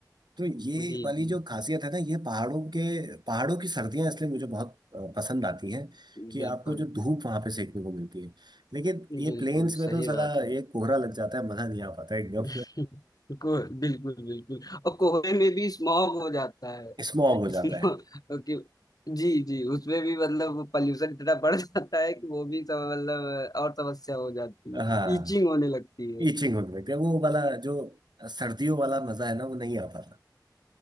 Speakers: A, on the right; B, on the left.
A: तो ये
B: जी
A: वाली
B: जी
A: जो खासियत है ना ये पहाड़ों के पहाड़ों की सर्दियां इसलिए मुझे बहुत अ, पसंद आती हैं कि
B: बिल्कुल
A: आपको जो धूप वहां पे सेकने को मिलती है लेकिन
B: बिल्कुल
A: ये प्लेन्स में
B: सही
A: तो साला
B: बात है
A: ये कोहरा लग जाता है मजा नहीं आ पाता एकदम
B: <laughs> को, बिल्कुल बिल्कुल और कोहरे में भी स्मॉग हो जाता है
A: <laughs> स्मॉग हो
B: इसमें
A: जाता है
B: कि जी जी उसमें भी मतलब पॉल्यूशन इतना बढ़ जाता है कि वो भी सब मतलब और समस्या हो जाती है
A: हाँ
B: ईचिंग होने लगती है
A: ईचिंग होने लगती है वो वाला जो सर्दियों वाला मजा है ना वो नहीं आ पाता